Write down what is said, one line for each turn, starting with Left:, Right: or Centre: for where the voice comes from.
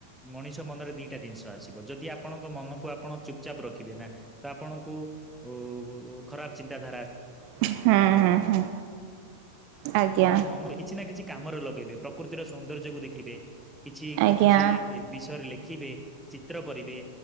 Centre: ମଣିଷ ମନରେ ଦିଟା ଜିନିଷ ଆସିବ। ଯଦି ଆପଣଙ୍କ ମନକୁ ଆପଣ ଚୁପଚାପ ରଖିବେ ନା ତ ଆପଣଙ୍କୁ ଉ। ଖରାପ ଚିନ୍ତାଧାରା।
Right: ହୁଁ ହୁଁ ହୁଁ। ଆଜ୍ଞା
Centre: ଆପଣ ମନ କିଛି ନା କିଛି କାମରେ ଲଗେଇବେ ପ୍ରକୃତିର ସୌନ୍ଦର୍ଯ୍ୟକୁ ଦେଖିବେ। କିଛି
Right: ଆଜ୍ଞା।
Centre: କୌଣସି ବିଷୟରେ ଲେଖିବେ ଚିତ୍ର କରିବେ।